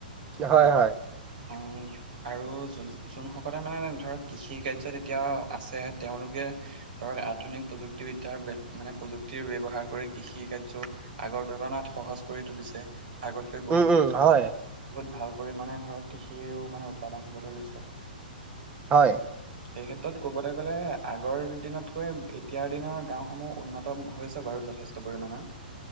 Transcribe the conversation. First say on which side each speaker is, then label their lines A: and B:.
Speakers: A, on the right; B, on the right.
A: হয় হয়
B: অ আৰু যোনসকলে মানে ধৰক কৃষি কাৰ্যত এতিয়া আছে তেওঁলোকে? ধৰক আধুনিক প্ৰযুক্তিবিদ্যাৰ মানে প্ৰযুক্তিৰ ব্যৱহাৰ। কৃষি কাৰ্য আগৰ তুলনাত সহজ কৰি তুলিছে? আগতকৈ বহুত
A: উম উম হয়
B: বহুত ভাল। পৰিমাণে ধৰক কৃষিও মানে উৎপাদন হবলৈ লৈছে?
A: হয়
B: সেই ক্ষেত্ৰত ক'বলৈ গ'লে আগৰ দিনতকৈ এতিয়াৰ দিনৰ গাঁওসমূহ উন্নত হৈছে বাৰু যথ। যথেষ্ট পৰিমাণৰ।